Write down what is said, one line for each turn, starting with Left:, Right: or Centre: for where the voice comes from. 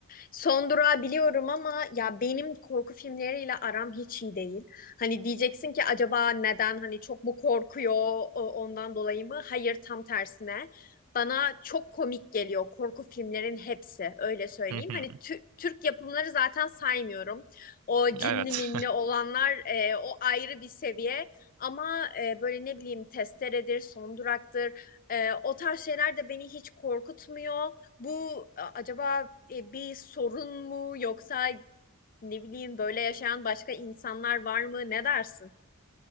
Left: Son durağı biliyorum ama ya benim korku filmleriyle aram hiç iyi değil. Hani diyeceksin ki acaba neden hani çok mu korkuyor o- ondan dolayı mı? Hayır tam tersine. Bana çok komik geliyor korku filmlerin hepsi öyle söyleyeyim.
Right: Hı hı.
Left: Hani tü- Türk yapımları zaten saymıyorum. O cinli
Right: Evet.
Left: minli olanlar e, o ayrı bir seviye. Ama e, böyle ne bileyim Testere'dir, Son Durak'tır. E, o tarz şeyler de beni hiç korkutmuyor. Bu a- acaba e, bir sorun mu yoksa ne bileyim böyle yaşayan başka insanlar var mı? Ne dersin?